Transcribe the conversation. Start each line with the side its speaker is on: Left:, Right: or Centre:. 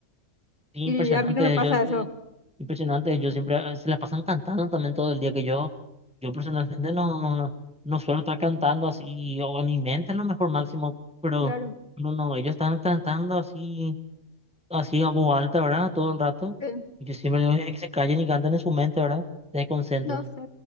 Centre: Sí, impresionante.
Left: Y a mí no me pasa
Centre: Yo, yo,
Left: eso.
Centre: impresionante. Ellos siempre eh, se la pasan cantando también todo el día que yo. Yo personalmente no, no suelo estar cantando así, o en mi mente a lo mejor máximo, pero
Left: Claro.
Centre: no, no, ellos están cantando así, así a voz alta, ¿verdad? Todo el rato.
Left: Sí,
Centre: Y Yo siempre digo "Eh, que se callen y canten en su mente, ¿verdad? Se concentran.
Left: no sé.